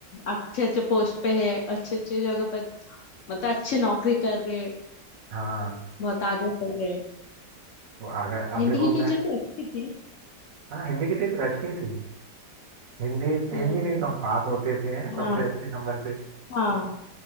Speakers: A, on the left; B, on the right.
A: अच्छे अच्छे पोस्ट पे है अच्छे अच्छे जगह पर मतलब अच्छी नौकरी कर रहे हैं
B: हाँ
A: बहुत आगे बढ़ गए हैं
B: तो अगर अब
A: हिंदी
B: देखो
A: की
B: मैं
A: टीचर भी अच्छी थी
B: हाँ हिंदी की टीचर अच्छी थी हिंदी
A: हम्म
B: हिंदी में ही तो हम पास होते थे सबसे
A: हाँ
B: अच्छे नंबर से
A: हाँ